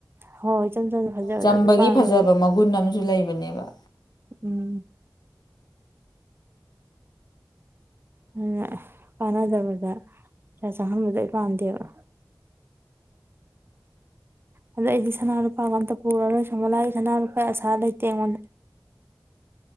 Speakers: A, on the right (about 30°); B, on the left (about 65°).
A: ꯍꯣꯏ ꯍ ꯏꯆꯝ ꯆꯝꯁ ꯐꯖꯕꯗꯣ
B: ꯆꯝꯕꯒꯤ
A: ꯑꯗꯨ ꯄꯥꯝꯃꯦ
B: ꯐꯖꯕ
A: ꯑꯩꯗ
B: ꯃꯒꯨꯟ ꯑꯃꯁꯨ ꯂꯩꯕꯅꯦꯕ
A: ꯎꯝ ꯑꯗꯨꯅ ꯀꯥꯟꯅꯗꯕꯗ ꯄꯩꯥꯁꯥ ꯆꯪꯍꯟꯕꯗꯣ ꯑꯩ ꯄꯥꯝꯗꯦꯕ ꯑꯗꯣ ꯑꯩꯗꯤ ꯁꯅꯥ ꯂꯨꯄꯥꯒ ꯑꯝꯇ ꯄꯨꯔꯔꯣꯏ ꯁꯣꯃꯣꯂꯥ ꯁꯥꯅ ꯂꯨꯄꯥ ꯑꯁꯥ ꯂꯩꯇꯦ ꯑꯩꯉꯣꯟꯗ